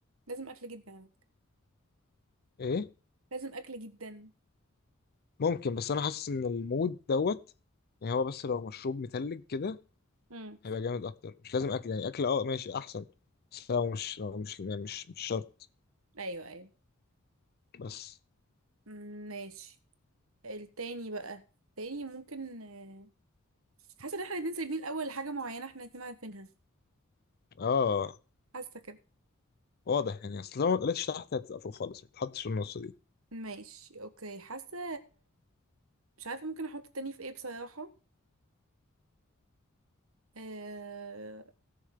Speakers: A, on the right (about 70°); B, on the left (about 50°).
A: لازم أكل جدا على فكرة.
B: ايه
A: لازم أكل جدا
B: ممكن بس انا حاسس ان المود دوت يعني هو بس لو مشروب متلج كده
A: امم
B: هيبقى جامد اكتر مش لازم اكل يعني اكل اه ماشي احسن بس لو مش لو مش يعني مش مش شرط
A: أيوه أيوه
B: بس
A: مم، ماشي التاني بقى التاني ممكن آه، حاسة إن احنا الاتنين سايبين الأول حاجة معينة احنا الاتنين عارفينها
B: اه
A: حاسة كده
B: واضح يعني اصل لو ما اتقلتش تحت هتبقى فوق خالص ما تتحطش في النص دي
A: ماشي أوكي حاسة مش عارفة ممكن أحط التاني في ايه بصراحة أه...